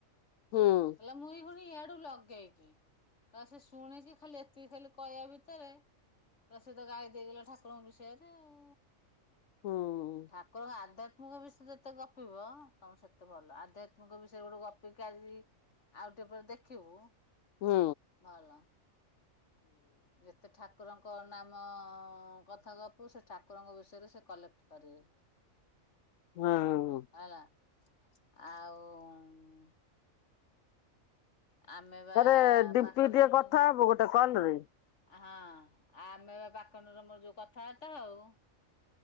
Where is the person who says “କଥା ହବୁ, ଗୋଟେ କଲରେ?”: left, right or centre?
Left